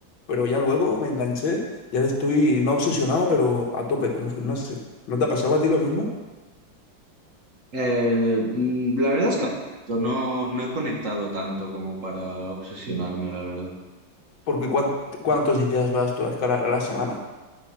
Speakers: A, on the left (about 80°); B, on the right (about 45°).
A: Pero ya luego me enganché. Y ahora estoy no obsesionado, pero a tope con el gimnasio. ¿No te ha pasado a ti lo mismo?
B: Eh, mm, la verdad es que no tanto, no, no he conectado tanto como para obsesionarme, la verdad.
A: Porque ¿cuánt- ¿cuántos días vas tú a escalar a la semana?